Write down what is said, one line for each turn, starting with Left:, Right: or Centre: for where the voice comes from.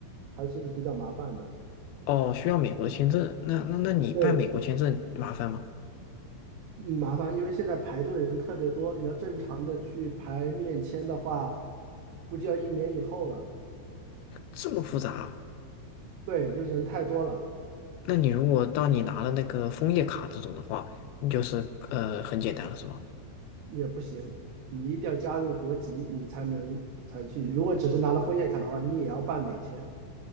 Right: 还是比较麻烦的。
Left: 哦，需要美国的签证，那那那你办美国签证麻烦吗？
Right: 对，嗯麻烦，因为现在排队的人特别多，你要正常的去排面签的话，估计要一年以后了。
Left: 这么复杂啊
Right: 对，就是人太多了
Left: 那你如果当你拿了那个枫叶卡这种的话，那就是呃很简单了是吗？
Right: 也不行，你一定要加入国籍，你才能才去。如果只是拿了枫叶卡的话，你也要办美签，